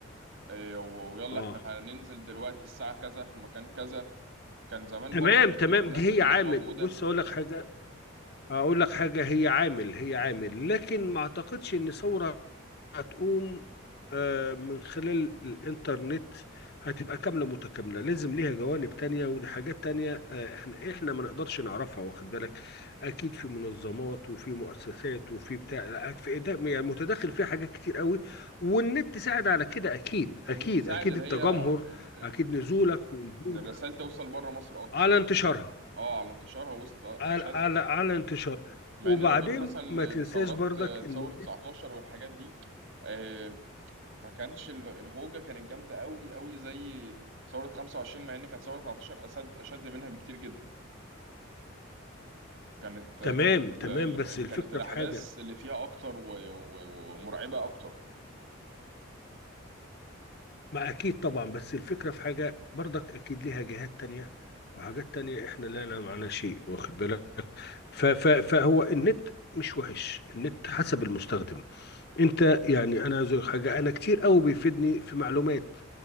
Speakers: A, on the right; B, on the left.
A: آه، ويلا
B: آه.
A: إحنا هننزل دلوقتي الساعة كذا في مكان كذا كان زمان
B: تمام
A: برضو التليفونات
B: تمام دي
A: ما كانتش
B: هي عامل
A: موجودة
B: بص اقول لك حاجه اقول لك حاجه هي عامل هي عامل لكن ما اعتقدش ان ثوره هتقوم آه، من خلال الانترنت هتبقى كاملة متكاملة لازم ليها جوانب تانية ودي حاجات تانية آه، احنا احنا ما نقدرش نعرفها واخد بالك اكيد في منظمات وفي مؤسسات وفي بتاع لا، في ده- يعني متداخل فيها حاجات كتير قوي والنت ساعد على كده اكيد اكيد
A: النت ساعد
B: اكيد
A: اللي
B: التجمهر
A: هي ان
B: اكيد نزولك ونزول
A: ان الرسائل توصل بره مصر اكتر
B: على
A: فاهم
B: انتشارها
A: اه على انتشارها وسط آه،
B: على
A: اشد
B: على على انتشار
A: مع
B: وبعدين
A: ان لو جيت مثلا ل-
B: ما تنساش
A: لثورات
B: برضك
A: آه، ثورة
B: ان
A: 19 والحاجات دي آه، ما كانش ال- الهوجة كانت جامدة قوي قوي زي ثورة 25 مع ان كانت ثورة 19 اشد اشد منها بكتير جدا كانت آه،
B: تمام
A: كانت ال-
B: تمام
A: ال-
B: بس
A: اللي
B: الفكرة
A: كانت الاحداث
B: في حاجة
A: اللي فيها اكتر و- و- ومرعبة اكتر
B: ما اكيد طبعا بس الفكره في حاجه برضك اكيد ليها جهات تانية وحاجات تانية احنا لا نعلم عنها شيء واخد بالك ف ف فهو النت مش وحش النت حسب المستخدم انت يعني انا عايز أقول لك حاجه انا كتير قوي بيفيدني في معلومات